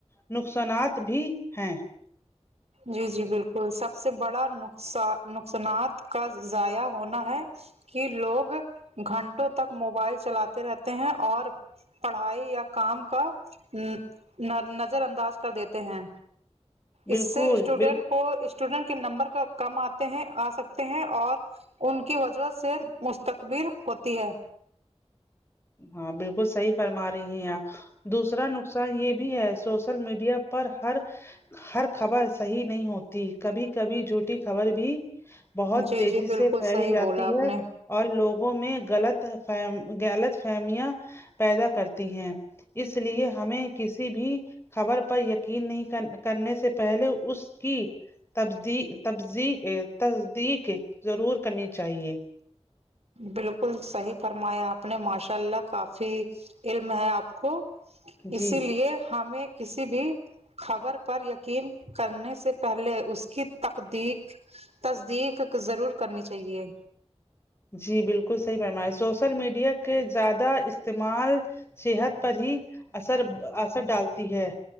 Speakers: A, on the left; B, on the right.
A: نقصانات بھی ہیں
B: جی جی بالکل سب سے بڑا نقصان نقصانات کا ضائع ہونا ہے کہ لوگ گھنٹوں تک موبائل چلاتے رہتے ہیں اور پڑھائی یا کام کا ن ن نظر انداز کر دیتے ہیں
A: بالکل
B: اس سے اسٹوڈینٹ
A: بال
B: کو اسٹوڈینٹ کے نمبر کا کم آتے ہیں آ سکتے ہیں اور ان کی وجہ سے مستقبل ہوتی ہے
A: ہاں بالکل صحیح فرما رہی ہیں آپ دوسرا نقصان یہ بھی ہے سوشل میڈیا پر ہر ہر خبر صحیح نہیں ہوتی کبھی کبھی جھوٹی خبر بھی بہت
B: جی
A: تیزی
B: جی بالکل
A: سے پھیلی
B: صحیح
A: جاتی
B: بولا آپ
A: ہے
B: نے
A: اور لوگوں میں غلط فم غلط فہمیاں پیدا کرتی ہیں اس لیے ہمیں کسی بھی خبر پر یقین نہیں کرنے سے پہلے اس کی تیبی تبذی ا تصدیق ضرور کرنی چاہیے
B: بالکل صحیح فرمایا آپ نے ماشاء اللہ کافی علم ہے آپ کو اسی
A: جی
B: لیے ہمیں کسی بھی خبر پر یقین کرنے سے پہلے اس کی تقدیق تصدیق ضرور کرنی چاہیے
A: جی بالکل صحیح فرمایا سوشل میڈیا کے زیادہ استعمال صحت پر ہی اثر اثر ڈالتی ہے